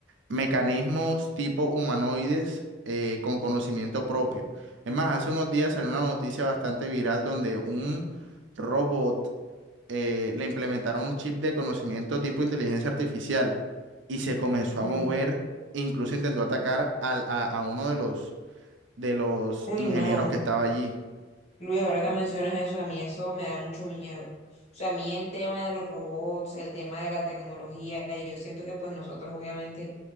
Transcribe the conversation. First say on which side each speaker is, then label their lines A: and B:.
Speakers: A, on the right (about 75°); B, on the left (about 35°).
A: mecanismos tipo humanoides eh, con conocimiento propio. Es más, hace unos días salió una noticia bastante viral donde un robot eh, le implementaron un chip de conocimiento tipo inteligencia artificial y se comenzó
B: Ujú.
A: a mover, incluso intentó atacar al- a, a uno de los, de los
B: Uy,
A: ingenieros
B: no.
A: que estaba allí.
B: Luis, ahora que mencionas eso, a mí eso me da mucho miedo. O sea, a mí el tema de los robots, el tema de la tecnología, y yo siento que pues nosotros obviamente,